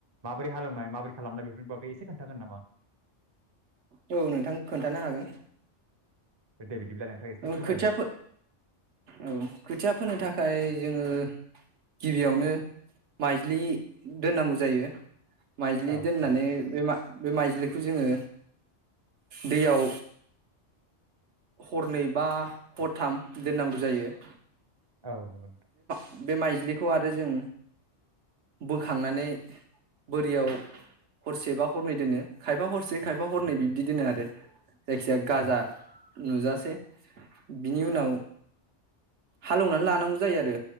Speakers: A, on the right (about 25°); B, on the right (about 75°).
A: माबोरै हालेवनाय? माबोरै खालामनाय बेफोरनि बागै एसे खोन्थागोन नामा आं
B: औ नोंथां खोन्थानो हागोन ।
A: आं दे बिदिब्ला नोंथाङा एसे
B: औ
A: फोरमायलाय
B: खोथिया
A: आंनो।
B: औ खोथिया फोनो थाखाय जोङो गिबियावनो माइज्लि दोननांगौ जायो । माइजलि
A: औ
B: दोननानै
A: औ
B: बे मा बे माइजलिखौ जोङो दैयाव हरनै बा हरथाम दोननांगौ जायो ।
A: औ नंगौ
B: बे माइज्लिखौ आरो जों बोखांनानै बोरियाव हरसेबा हरनै दोनो खायफा हरसे खायफा हरनै बिब्दि दोनो आरो जायखिजाया गाजा
A: औ
B: नुजासे बिनि उनाव हालेवनानै लानांगौ । जायो आरो